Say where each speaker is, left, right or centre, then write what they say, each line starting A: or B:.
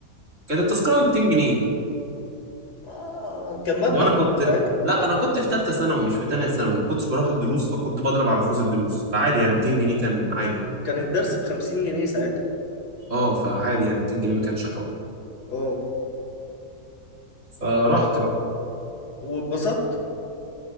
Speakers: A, on the right; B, on the left.
A: كانت التذكرة ب 200 جنيه
B: آه، كان مبلغ
A: وانا
B: بقى
A: كنت لا انا كنت في ثالثة ثانوي مش في تانية ثانوي ما كنتش بروح الدروس فكنت بضرب على فلوس الدروس فعادي يعني 200 جنيه كان عادي
B: كان الدرس بخمسين جنيه ساعتها
A: اه فعادي يعني 200 جنيه ما كانش حوار
B: اه
A: فرحت بقى
B: واتبسطت